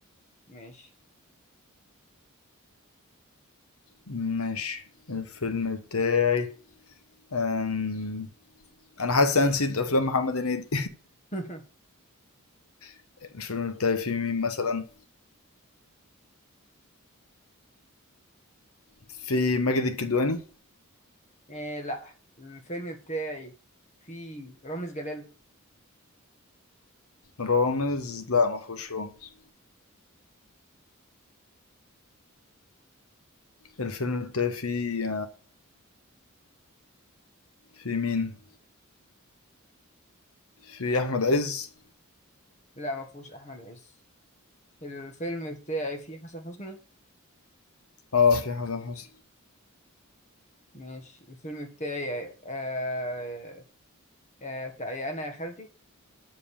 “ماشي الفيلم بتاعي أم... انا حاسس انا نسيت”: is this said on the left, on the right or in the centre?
Left